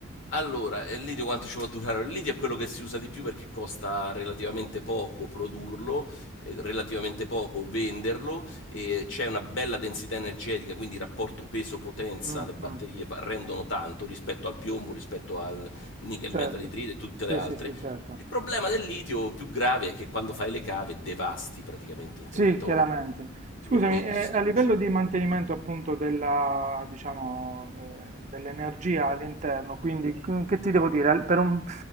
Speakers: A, on the left; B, on the right.
A: allora, il litio quanto ci può durare? Il litio è quello che si usa di più perché costa relativamente poco produrlo, eh, relativamente poco venderlo, e c'è una bella densità energetica, quindi il rapporto peso-potenza,
B: Mm,
A: le batterie
B: mm,
A: va- rendono tanto rispetto al piombo, rispetto al nickel
B: certo,
A: metal idride e tutte
B: sì,
A: le altre.
B: sì, sì, certo.
A: Il problema del litio più grave è che quando fai le cave devasti praticamente un
B: Sì,
A: territorio,
B: chiaramente. Scusami,
A: lo lo distruggi.
B: eh, a livello di mantenimento appunto della, diciamo, eh, dell'energia all'interno, quindi c- che ti devo dire? Al- Per un,